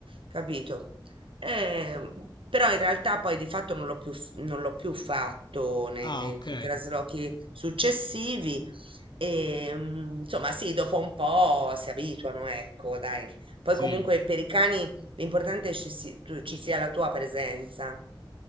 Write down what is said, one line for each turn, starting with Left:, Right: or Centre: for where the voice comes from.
Right: capito? Ehm, però in realtà poi di fatto non l'ho più f non l'ho più fatto ne
Left: Ah,
Right: nei
Left: ok.
Right: traslochi successivi. Ehm, insomma sì, dopo un po' si abituano, ecco, dai. Poi
Left: Sì,
Right: comunque per i cani l'importante è ci si tu ci sia la tua presenza.